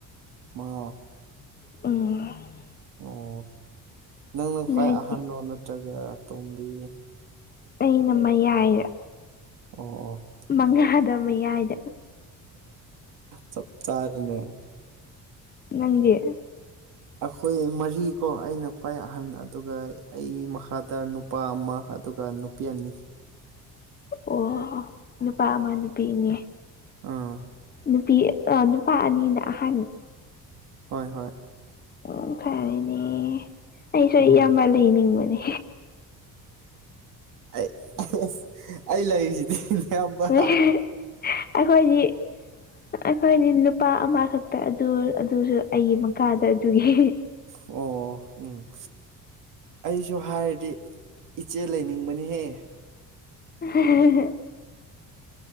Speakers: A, on the right; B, on the left.
A: ꯃꯉꯥ
B: ꯎꯝ
A: ꯑꯣ ꯅꯪꯅ
B: ꯅꯣꯏꯗꯤ
A: ꯈ꯭ꯋꯥꯏ ꯑꯍꯟꯂꯣ ꯅꯠꯇ꯭ꯔꯒ ꯇꯣꯝꯕꯤ
B: ꯑꯩꯅ ꯃꯌꯥꯏꯗ
A: ꯑꯣ ꯑꯣ
B: ꯃꯉꯥꯗ ꯃꯌꯥꯏꯗ
A: ꯆꯞ ꯆꯥꯔꯦꯅꯦ
B: ꯅꯪꯗꯤ
A: ꯑꯩꯈꯣꯏ ꯃꯔꯤ ꯀꯣ ꯑꯩꯅ ꯈ꯭ꯋꯥꯏ ꯑꯍꯟ ꯑꯗꯨꯒ ꯑꯩ ꯃꯈꯥꯗ ꯅꯨꯄꯥ ꯑꯃ ꯑꯗꯨꯒ ꯄꯤꯑꯅꯤ
B: ꯑꯣ ꯅꯨꯄꯥ ꯑꯃ ꯅꯨꯄꯤ ꯑꯅꯤ
A: ꯑꯥ
B: ꯅꯨꯄꯤ ꯅꯨꯄꯥ ꯑꯅꯤꯅ ꯑꯍꯟ
A: ꯍꯣꯏ ꯍꯣꯏ
B: ꯎꯝ ꯐꯔꯦꯅꯦ ꯑꯩꯁꯨ
A: ꯎꯝ
B: ꯏꯌꯥꯝꯕ ꯂꯩꯅꯤꯡꯕꯅꯦ
A: ꯑꯩ-ꯑꯩ ꯂꯩꯔꯤꯁꯤꯗꯤ ꯏꯌꯥꯝꯕ
B: ꯑꯩꯈꯣꯏꯗꯤ ꯑꯩꯈꯣꯏꯗꯤ ꯅꯨꯄꯥ ꯑꯃꯈꯛꯇ ꯑꯗꯨ ꯑꯗꯨꯁꯨ ꯑꯩꯒꯤ ꯃꯈꯥꯗ ꯑꯗꯨꯒꯤ
A: ꯑꯣ ꯎꯝ ꯑꯩꯁꯨ ꯍꯥꯏꯔꯗꯤ ꯏꯆꯦ ꯂꯩꯅꯤꯡꯕꯅꯤꯍꯦ
B: <unintelligible>